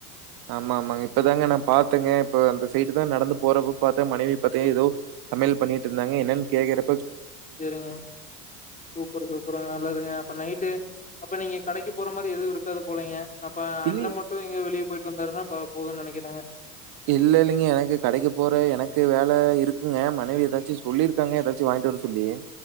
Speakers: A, on the right; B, on the left.
A: ஆமா ஆமாங்க இப்பதாங்க நான் பாத்தேங்க இப்ப அந்த சைடு ப்தான் நடந்து போறப்ப பாத்த மனைவி பத்தே ஏதோ சமையல் பண்ணிட்டு இருந்தாங்க என்னனு கேக்கிற
B: செரிங்க சூப்பரு சூப்பருங்க நல்லதுங்க அப்ப நைட்டு அப்ப நீங்க கடைக்கு போற மாரி எதுவும் இருக்காது போலைங்க அப்ப
A: இல்
B: அண்ண மட்டு எங்கயோ வெளியே போய்ட்டு வந்தாருன்னா ப போதுன் நெனக்கிறங்க
A: இல்ல இல்லீங்க எனக்கு கடைக்கு போற எனக்கு வேல இருக்குங்க மனைவி ஏதாச்சு சொல்லிருக்காங்க ஏதாச்சு வாய்ன்டு வர சொல்லி